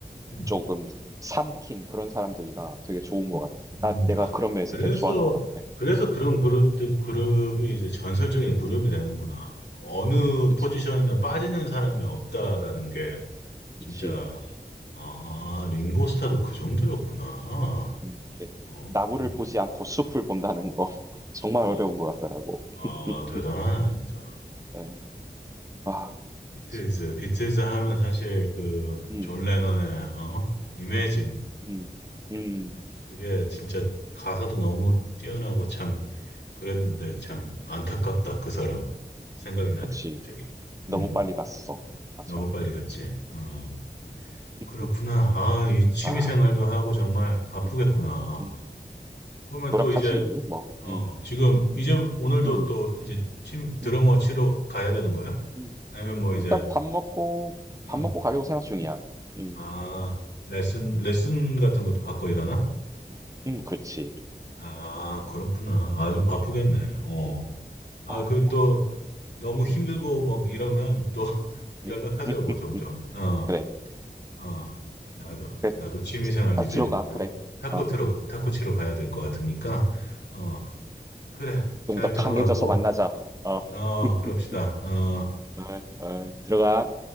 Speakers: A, on the left; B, on the right.
A: 음.
B: 조금 삼킨 그런 사람들이라 되게 좋은 것 같아.
A: 음.
B: 나, 내가
A: 아,
B: 그런 면에서
A: 그래서
B: 되게 좋아하는 것 같아.
A: 그래서 그런 그룹 그룹이 이제 전설적인 그룹이
B: 음,
A: 되는구나. 어느
B: 그치.
A: 포지션이나 빠지는
B: 음,
A: 사람이 없다라는
B: 음,
A: 게 진짜
B: 그치.
A: 아 링고스타도 그 정도였구나.
B: 음, 이렇게
A: 어,
B: 나무를 보지 않고 숲을 본다는 거 <laughs> 정말
A: 아,
B: 어려운 것 같더라고. <laughs>
A: 아 대단하네 진짜.
B: 예. 아,
A: 비틀즈,
B: 그치.
A: 비틀즈 하면
B: 음,
A: 사실 그
B: 음,
A: 존 레논의 어? 이매진
B: 음, 음, 음.
A: 그게 진짜 가사도 너무 뛰어나고 참 그랬는데 참 안타깝다 그 사람 생각이 나네
B: 그치.
A: 갑자기.
B: 너무
A: 음,
B: 빨리 갔어. 맞아.
A: 너무 빨리 갔지. 어,
B: 음, <laughs>
A: 그렇구나. 아, 이 취미
B: 아,
A: 생활도 하고 정말 바쁘겠구나.
B: 음, 음.
A: 그러면
B: 노력하지,
A: 또 이제
B: 뭐.
A: 어
B: 음,
A: 지금 이제
B: 음,
A: 오늘도
B: 음,
A: 또 이제 침 드러머
B: 음.
A: 치러 가야 되는 거야?
B: 음.
A: 아니면 뭐 이제
B: 일단 밥 먹고, 밥
A: 어,
B: 먹고 가려고 생각 중이야. 음,
A: 아, 레슨, 레슨
B: 음,
A: 같은 것도 받고 일하나
B: 음, 그렇지.
A: 아, 그렇구나. 아주 바쁘겠네. 어. 아,
B: 아,
A: 그
B: 뭐.
A: 또 너무 힘들고
B: 음,
A: 막 이러면 또 <laughs> 연락하자고,
B: 음. <laughs>
A: 종종. 어,
B: 그래,
A: 어. 나도,
B: 그래.
A: 나도 취미생활
B: 자,
A: 이제
B: 들어가. 그래.
A: 또 탁구
B: 어.
A: 틀어, 탁구 치러 가야 될 것 같으니까. 어, 그래. 잘
B: 좀 더 강해져서
A: 들어가고,
B: 만나자. 어,
A: 어, 그럽시다.
B: <laughs>
A: 어,
B: 어, 어, 들어가.